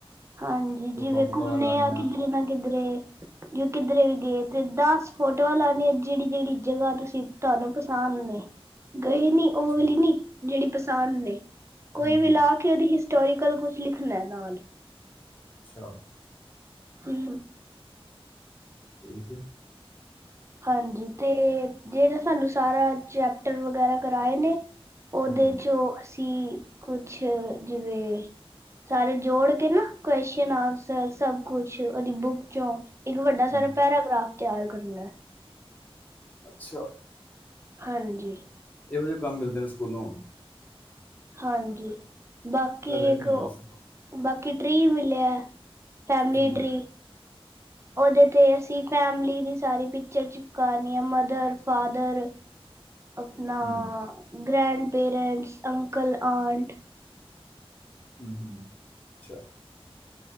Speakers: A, on the right; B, on the left.
A: ਹਾਂਜੀ,
B: ਫੋਟੋਆਂ
A: ਜਿਵੇਂ
B: ਫੋਟੋਆਂ
A: ਘੁੰਮਣੇ
B: ਲਗਾਉਣੀਆਂ
A: ਆ ਕਿਧਰੇ ਨਾ ਕਿਧਰੇ। ਜੇ ਕਿਦਰੇੇ ਵੀ ਗੇ ਤ ਤੇ ਦਾਸ ਫੋਟੋਆਂ ਲਾਣੀਐ ਜੇੜੀ ਜੇੜੀ ਜਗਾ ਤੁਸ ਕਿ ਤੁਹਾਨੂੰ ਪਸੰਦ ਨੇ। ਗਏ ਨੀ
B: ਅੱਛਾ
A: ਔ ਵਾਲੀ ਨੀ ਜੇੜੀ ਪਸ ਸਾਮਨੇ ਕੋਈ
B: ਹੂੰ
A: ਵੀ ਲਾ ਕੇ ਓਹਦੀ ਹਿਸਟੋਰੀਕਲ ਕੁਛ ਲਿਖਣਾ ਨਾਲ
B: ਅੱਛਾ।
A: ਹੂੰ।
B: ਠੀਕ ਏ।
A: ਹਾਂਜੀ, ਤੇ ਜੇੜੇ ਸੈਨੂੰ ਸਾਰਾ ਚੈਪਟਰ ਵਗੈਰਾ ਕਰਾਏ ਨੇ ਔਦੇ
B: ਹੂੰ
A: ਚੋ ਅਸੀਂ ਕੁਛ ਜਿਵੇਂ, ਸਾਰੇ ਜੋੜ ਕੇ ਨਾ ਕੋਸ਼ਨ ਆਂਸਰ ਸਭ ਕੁ ਛ ਔਦੀ ਬੁੱਕ ਚੋਂ ਇੱਕ ਵੱਡਾ ਸਾਰਾ
B: ਹੂੰ
A: ਪੈਰਾਗ੍ਰਾਫ ਤਿਆਰ ਕਰਨਾ।
B: ਅੱਛਾ।
A: ਹਾਂਜੀ।
B: ਏਹੋ ਜਹੇ ਕੰਮ ਮਿਲਦੇ ਨੇ ਸ ਕੁਲੋ।
A: ਹਾਂਜੀ। ਬਾਕੀ
B: ਪਹਿਲੇ ਨੀ
A: ਇੱਕ
B: ਹੁੰਦੇ
A: ਓ,
B: ਸੀ
A: ਬਾਕੀ ਟ੍ਰੀ ਮਿਲਿਐ ਫੈਮਲੀ
B: ਹੂੰ
A: ਟ੍ਰੀ। ਔਦੇ ਤੇ ਅਸੀਂ ਫੈਮਲੀ ਦੀ ਸਾਰੀ ਪਿਚਰ ਚਿਪਕਾਣੀਆ ਮਦਰ-ਫਾਦਰ। ਅਪਣਾ
B: ਹੂੰ
A: ਗ੍ਰੈਂਡ ਪੇਰੈਂਟਸ, ਅੰਕਲ, ਆਂਟ।
B: ਹੂੰ ਹੂੰ ਅੱਛਾ।